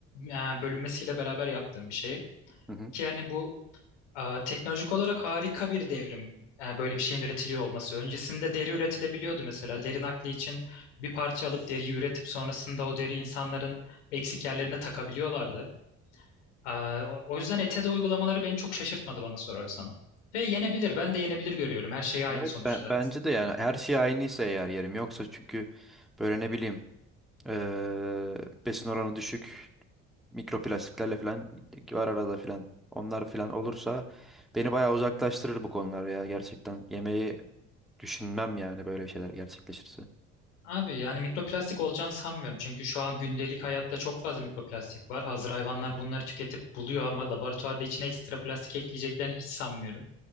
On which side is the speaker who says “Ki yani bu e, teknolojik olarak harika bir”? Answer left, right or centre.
Left